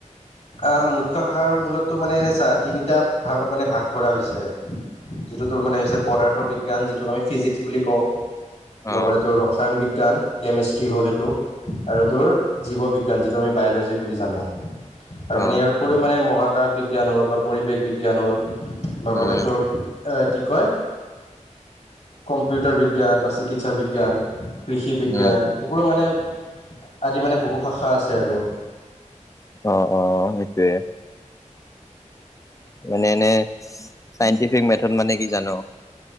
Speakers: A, on the left (about 60°); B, on the left (about 25°).
A: আ মুখ্য শাখাৰ মূলতো মানে এনে চা তিনিটা ভাগত মানে ভাগ কৰা হৈছে। যিটো তোৰ মানে হৈছে পদাৰ্থ বিজ্ঞান, যিটোক আমি ফিজিক্স বুলি কওঁ।
B: অ',
A: লগতে তোৰ ৰসায়ন বিজ্ঞান। কেমেষ্ট্ৰী হ'ল সেইটো, আৰু তোৰ জীৱ বিজ্ঞান যিটো আমি বায়লজি বুলি জানোঁ। আৰু মানে
B: অ',
A: ইয়াৰ উপৰিও মানে মহাকাশ বিজ্ঞান হ'ল বা পৰিৱেশ বিজ্ঞান হ'ল। লগতে
B: উম,
A: তোৰ এ কি কয় কম্পিউটাৰ বিজ্ঞান বা চিকিৎসা বিজ্ঞান। কৃষি বিজ্ঞান।
B: উম,
A: সেইবোৰো মানে আদি মানে বহু শাখা আছে আৰু।
B: অ অ সেইটোৱে। মানে এনে চাইটিফিক মেথড মানে কি জান?